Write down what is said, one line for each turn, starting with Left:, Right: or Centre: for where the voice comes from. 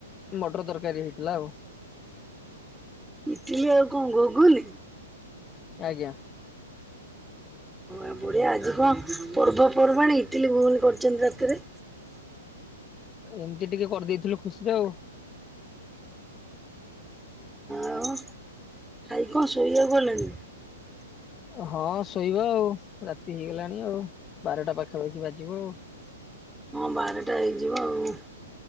Left: ମଟର ତରକାରୀ ହେଇଥିଲା ଆଉ।
Centre: ଇଟିଲି ଆଉ କଣ ଘୁଗୁନି?
Left: ଆଜ୍ଞା
Centre: ଓ ବଢିଆ ଆଜି କଣ ପର୍ବପର୍ବାଣିୀ ଇଟିଲି ଘୁଗୁନି କରିଛନ୍ତି ରାତିରେ?
Left: ଏମିତି ଟିକେ କରିଦେଇଥିଲୁ ଖୁସିରେ ଆଉ।
Centre: ଆଉ ଖାଇ କଣ ଶୋଇବାକୁ ଗଲେଣି?
Left: ହଁ ଶୋଇବା ଆଉ ରାତି ହେଇଗଲାଣି ଆଉ ବାରଟା ପାଖାପାଖି ବାଜିବ ଆଉ।
Centre: ହଁ ବାରଟା ହେଇଯିବ ଆଉ।